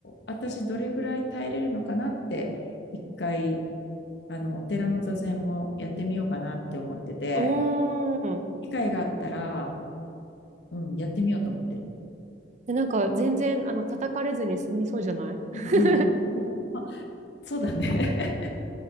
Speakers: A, on the left; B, on the right.
A: 私どれぐらい耐えれるのかなって一回あのお寺の座禅もやってみようかなって思ってて
B: うーん。
A: 機会があったら、うん、やってみようと思ってる。
B: で、なんか全然、あの、叩かれずに済みそうじゃない
A: うんうん、
B: <laughs>
A: もうあそうだね。<laughs>